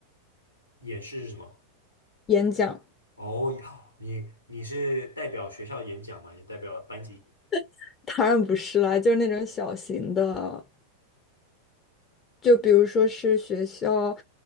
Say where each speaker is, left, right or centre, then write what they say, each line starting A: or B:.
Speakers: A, on the left (about 90°); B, on the left (about 25°).
A: 演示是什么？
B: 演讲。
A: 哦，你你是代表学校演讲吗？还是代表班级？
B: <laughs> 当然不是啦，就是那种小型的，就比如说是学校，